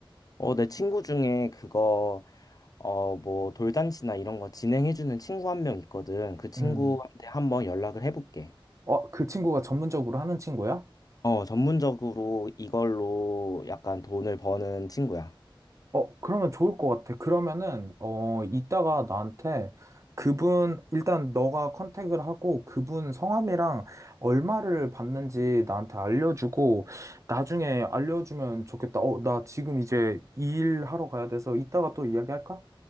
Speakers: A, on the left (about 45°); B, on the right (about 35°).
A: 어 내 친구 중에 그거 어 뭐 돌잔치나 이런 거 진행해 주는 친구 한 명 있거든. 그 친구한테
B: 음.
A: 한번 연락을 해볼게.
B: 어, 그 친구가 전문적으로 하는 친구야?
A: 어, 전문적으로 이걸로 약간 돈을 버는 친구야.
B: 어, 그러면 좋을 것 같아. 그러면은, 어, 이따가 나한테 그분, 일단 너가 컨택을 하고 그분 성함이랑 얼마를 받는지 나한테 알려주고 나중에 알려주면 좋겠다. 어, 나 지금 이제 일하러 가야 돼서 이따가 또 이야기할까?